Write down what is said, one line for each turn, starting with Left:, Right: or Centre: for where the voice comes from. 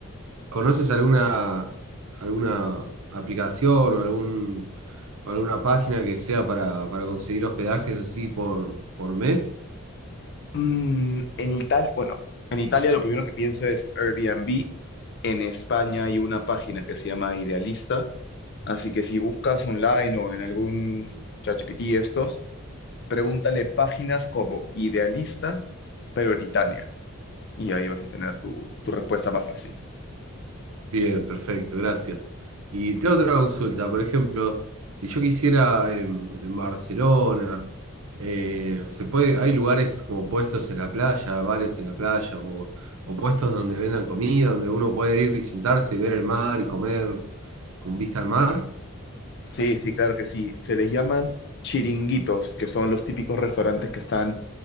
Right: ¿conoces alguna, alguna aplicación o algún, o alguna página que sea para, para conseguir hospedajes así por, por mes?
Left: Mm, en Italia, bueno, en Italia lo primero que pienso es Airbnb. En España hay una página que se llama Idealista, así que si buscas online o en algún ChatGPT estos, pregúntale páginas como Idealista, Prioritaria. Y ahí vas a tener tu, tu respuesta más fácil.
Right: Bien, perfecto, gracias. Y tengo otra consulta, por ejemplo, si yo quisiera en, en Barcelona, eh, se puede, hay lugares como puestos en la playa, bares en la playa, o, o puestos donde vendan comida, donde uno puede ir y sentarse y ver el mar y comer con vista al mar.
Left: Sí, sí, claro que sí. Se les llaman chiringuitos, que son los típicos restaurantes que están